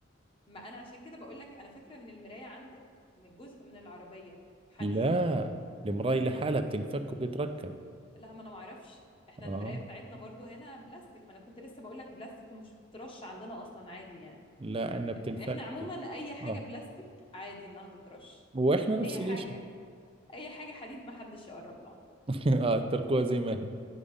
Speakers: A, on the left; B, on the right.
A: ما انا عشان كده بقول لك انا فاكره ان المرايه عندك من جزء من العربيه حديد
B: لا المراي لحالها بتنفك وبتتركب
A: لا ما انا ما اعرفش احنا
B: آه
A: المرايه بتاعتنا برضو هنا بلاستيك ما انا كنت لسه بقول لك بلاستيك ومش بترش عندنا اصلا عادي يعني
B: لا عندنا بتنفك
A: احنا عموما اي حاجه
B: آه
A: بلاستيك عادي انها تترش
B: وإحنا نفس
A: اي حاجه
B: الإشي
A: اي حاجه حديد ما حدش يقرب لها
B: <laughs> آه تركوها زي ما هي